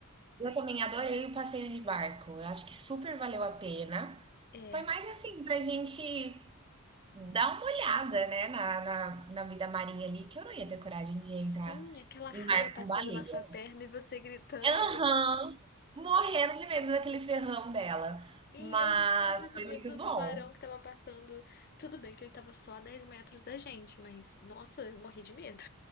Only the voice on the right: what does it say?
Eu também adorei o passeio de barco. Eu acho que super valeu a pena.
Foi mais assim pra gente Dá uma olhada, né, na na na vida marinha ali, que eu não ia ter coragem de entrar
em
mar
com baleia.
Aham, morrendo de medo daquele ferrão dela,
mas
foi
muito
bom.